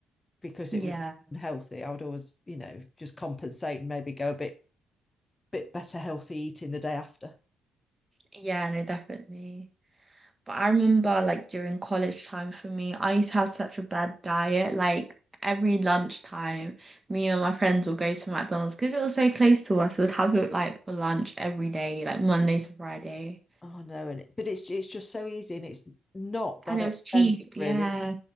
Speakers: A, on the left (about 25°); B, on the right (about 20°).
A: because
B: <laughs>
A: it
B: yeah,
A: was unhealthy. I would always, you know, just compensate and maybe go a bit bit better healthy eating the day after.
B: yeah, no, definitely. But I remember like during college time for me, I used to have such a bad diet. Like every lunchtime, me and my friends would go to McDonald's because it was so close to us. We'd have it like for lunch every day, like Monday to Friday.
A: Oh no, and it, but it's it's just so easy and it's not that
B: And it
A: expensive
B: was cheap.
A: really.
B: Yeah.